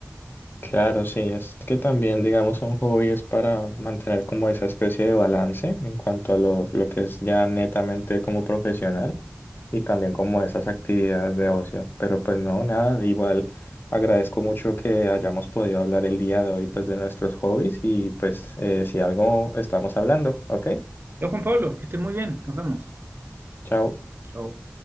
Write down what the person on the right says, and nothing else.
Yo, Juan Pablo, que estés muy bien. Nos vemos.
Chao.